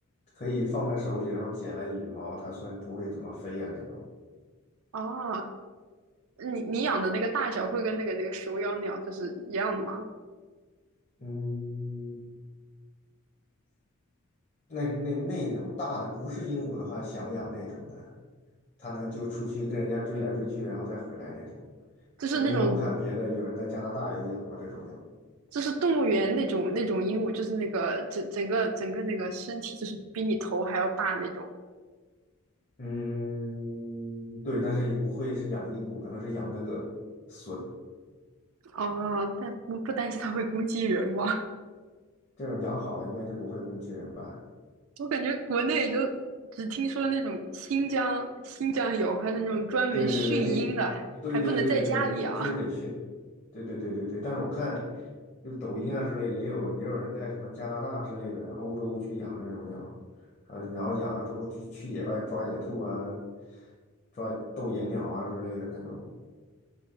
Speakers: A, on the left; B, on the right.
A: 可以放在手里，然后捡来羽毛，它所以不会怎么飞呀那种。
B: 啊。你你养的那个大小会跟那个那个手养鸟就是一样吗？
A: 嗯，那那那种大的不是鹦鹉的话，想养那种的，它能就出去跟人家追来追去，然后再回来那种。
B: 就是那种
A: 我因为我看别的有人在加拿大有养过这种鸟。
B: 就是动物园那种那种鹦鹉，就是那个整整个整个那个身体就是比你头还要大那种。
A: 嗯，对，但是也不会是养鹦鹉，可能是养那个隼，
B: 哦，但不不担心它会攻击人吗？
A: 这种养好了应该就不会攻击人吧。
B: <laughs> 我感觉国内就只听说那种新疆新疆有，还有那种专门训鹰的，
A: 对对对，那对对对对对，
B: 还不能在家里养。
A: 就就是得训，对对对对对。但是我看，就抖音啊之类，也有也有人在什么加拿大之类的欧洲去养这种鸟，啊，然后养了之后去去野外抓野兔啊，抓斗野鸟啊之类的那种。